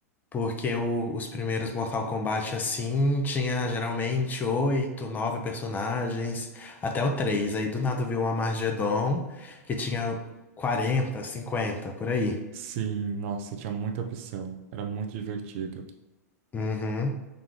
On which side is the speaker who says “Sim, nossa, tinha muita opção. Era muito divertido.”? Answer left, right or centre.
Right